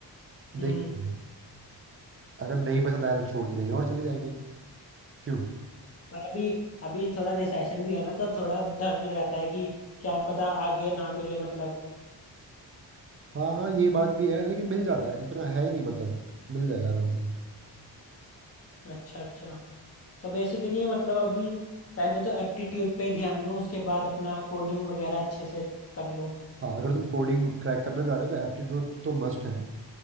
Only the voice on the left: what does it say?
हम्म
पर अभी अभी थोड़ा रिसेशन भी है ना तो थोड़ा डर रहता है कि क्या पता आगे ना मिले मतलब
अच्छा अच्छा तो बेसिकली मतलब अभी पहले तो एप्टीट्यूड पे ही ध्यान दूं उसके बाद अपना कोडिंग वगैरह अच्छे से कर लूं